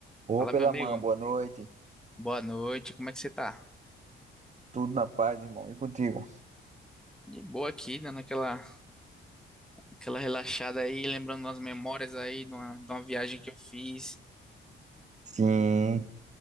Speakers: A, on the right; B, in the centre.
A: Ô,
B: Fala,
A: pela
B: meu amigo.
A: mãe. boa noite.
B: Boa noite. Como é que você tá?
A: Tudo na paz, irmão. E contigo?
B: De boa aqui, dando aquela, aquela relaxada aí, lembrando umas memórias aí de uma, de uma viagem que eu fiz.
A: Sim.